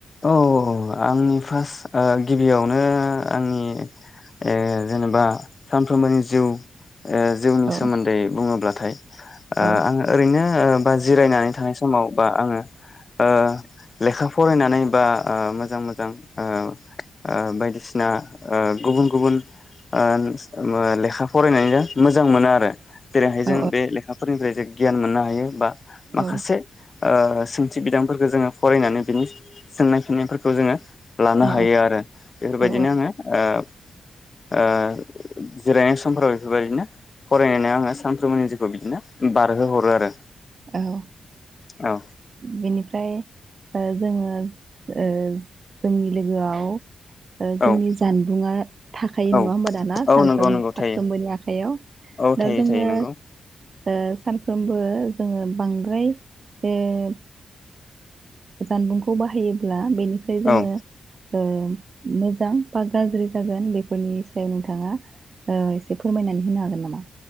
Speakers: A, on the left; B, on the right.
A: औ औ आंनि फार्स्ट ओ गिबियावनो आंनि ओ जेनेबा सानफ्रोमबोनि जिउ ओ जिउनि
B: औ
A: सोमोन्दै बुङोब्ला थाय ओ
B: औ
A: आं ओरैनो ओ बा जिरायनानै थानाय समाव बा आङो ओ लेखा फरायनानै बा ओ मोजां मोजां ओ ओ बायदिसिना ओ गुबुन गुबुन ओ ओम लेखा फरायनायजो मोजां मोनो आरो बेराहायजों
B: औ
A: बे लेखाफोरनिफ्राय जों गियान मोननो हायो बा माखासे
B: औ
A: ओ सोंथि बिदांफोरखो जोङो फरायनानै बिनि सोंनाय फिन्नायफोरखौ जोङो लानो
B: औ
A: हायो आरो बेफोरबायदिनो
B: औ
A: आङो ओ ओ जिरायनाय समफोराव बेफोरबायदिनो फरायनायाव आङो सानफ्रोमबोनि जिउखौ बिदिनो बारहोहरो आरो
B: औ ओ
A: औ
B: बेनिफ्राय ओ जोङो ओ जोंनि लोगोआव ओ
A: औ
B: जोंनि जानबुंङा थाखायो
A: औ
B: नङा होमबा दाना
A: औ
B: सानफ्रोम
A: नंगौ नंगौ
B: साफ्रोमबोनि
A: थायो
B: आखाइयाव
A: औ
B: दा
A: थायो
B: जोङो
A: थायो नंगौ
B: ओ सानफ्रोमबो जोङो बांद्राय ओ जानबुंखौ बाहायोब्ला बेनिफ्राय जोङो
A: औ
B: ओ मोजां बा गाज्रि जागोन बेफोरनि सायाव नोंथाङा ओ एसे फोरमायनानै होनो हागोन नामा